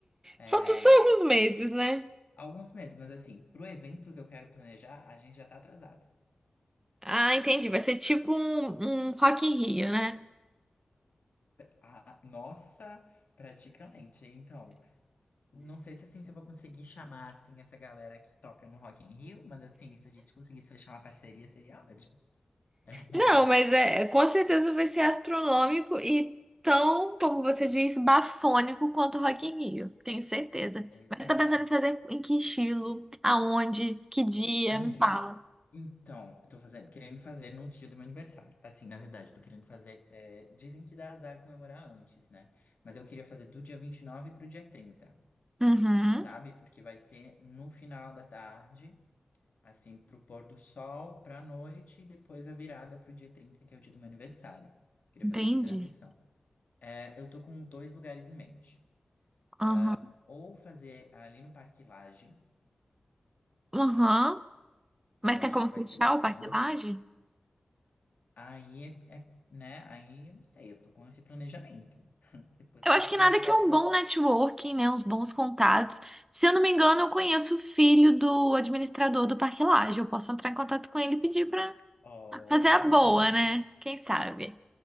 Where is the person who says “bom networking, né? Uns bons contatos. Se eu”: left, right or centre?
Right